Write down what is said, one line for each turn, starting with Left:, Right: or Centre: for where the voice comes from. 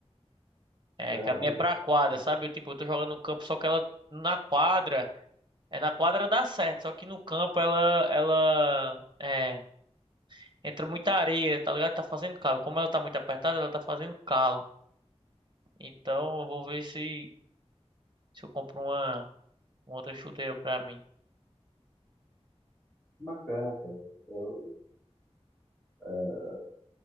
Right: É,
Left: Cara,
Right: que a minha
Left: que
Right: é pra quadra, sabe? Eu, tipo, eu tô jogando no campo, só que ela na quadra. É na quadra dá certo, só que no campo ela ela é, entra muita areia, tá ligado? Tá fazendo calo. Como ela tá muito apertada, ela tá fazendo calo. Então eu vou ver se se eu compro uma, uma outra chuteira pra mim.
Left: bacana, cara. Eu, é,